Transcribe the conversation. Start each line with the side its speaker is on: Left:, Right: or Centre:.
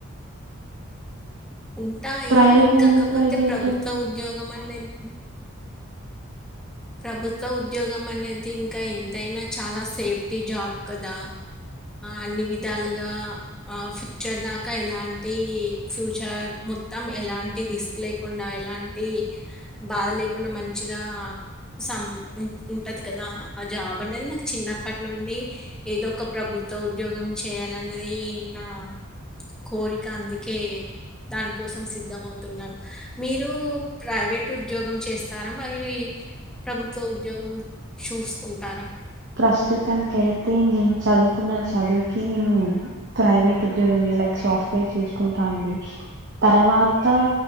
Centre: ఉంటాయి
Right: ప్రైవేట్వి
Centre: కాకపోతే
Right: ఎందుకు ట్రై చేయట్లేదు
Centre: ప్రభుత్వ ఉద్యోగం అన్ లే హుం ప్రభుత్వ ఉద్యోగం అనేది ఇంక ఎంతైనా చాలా సేఫ్టీ జాబ్ కదా. అన్ని విధాలుగా ఆ ఫ్యూచర్ దాకా ఎలాంటి ఫ్యూచర్ మొత్తం ఎలాంటి రిస్క్ లేకుండ, ఎలాంటి బాధ లేకుండ, మంచిగా సం ఉన్ ఉంటది కదా. ఆ జాబ్ అన్నది నాకు చిన్నప్పటి నుండి ఏదో ఒక ప్రభుత్వ ఉద్యోగం చేయాలన్నది నా కోరిక అందుకే, దానికోసం సిద్ధం అవుతున్నాను. మీరు ప్రైవేట్ ఉద్యోగం చేస్తారా మరి ఈ ప్రభుత్వ ఉద్యోగం చూసుకుంటారా?
Right: ప్రస్తుతానికి అయితే నేను చదువుతున్న చదువుకి నేను ప్రైవేట్ ఉద్యోగమే లైక్ సాఫ్ట్వేర్ చూసుకుంట అండి. తర్వాత